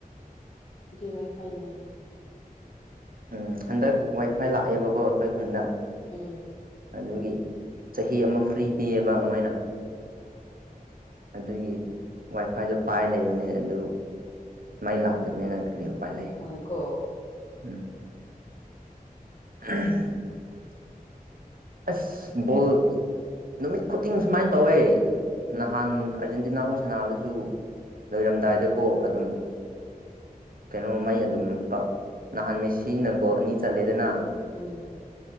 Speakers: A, on the left; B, on the right.
A: ꯋꯥ ꯐꯥꯏꯅꯤꯅꯦꯅ
B: ꯎꯝ ꯍꯟꯗꯛ ꯋꯥꯏꯐꯥꯏ ꯂꯥꯛꯑꯦꯕꯀꯣ ꯑꯩꯈꯣꯏ ꯈꯨꯟꯗ
A: ꯎꯝ
B: ꯑꯗꯨꯒꯤ ꯆꯍꯤ ꯑꯃ ꯐ꯭ꯔꯤ ꯄꯤꯌꯦꯕ ꯃꯣꯏꯅ ꯑꯗꯨꯒꯤ ꯋꯥꯏꯐꯥꯏꯗꯣ ꯄꯥꯏꯔ ꯂꯩꯕꯅꯦ ꯑꯗꯨ ꯃꯩ ꯂꯥꯛꯇꯕꯅꯤꯅ ꯀꯔꯤ ꯎꯄꯥꯏ ꯂꯩ
A: ꯍꯣꯏꯀꯣ
B: ꯎꯝ ꯎꯔ ꯑꯁ ꯕꯣꯜ ꯅꯨꯃꯤꯠ ꯈꯨꯗꯤꯡ ꯁꯨꯃꯥꯏꯅ ꯇꯧꯋꯦ ꯅꯍꯥꯟ ꯑꯥꯔꯖꯦꯟꯇꯤꯅꯥꯈꯣꯏ ꯁꯥꯟꯅꯕꯗꯁꯨ ꯂꯣꯏꯔꯝꯗꯥꯏꯗꯀꯣ ꯑꯗꯨꯝ ꯀꯩꯅꯣꯃꯩ ꯑꯗꯨꯝ ꯅꯍꯥꯟ ꯃꯦꯁꯤꯅ ꯒꯣꯜ ꯑꯅꯤ ꯆꯜꯂꯦꯗꯅ
A: ꯎꯝ